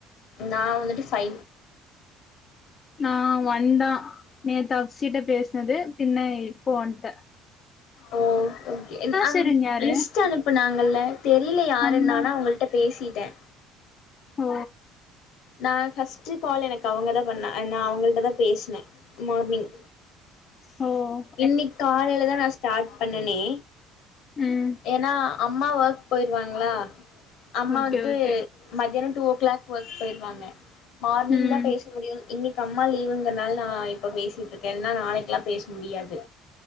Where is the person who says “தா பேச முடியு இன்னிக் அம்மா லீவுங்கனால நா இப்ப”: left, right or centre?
Left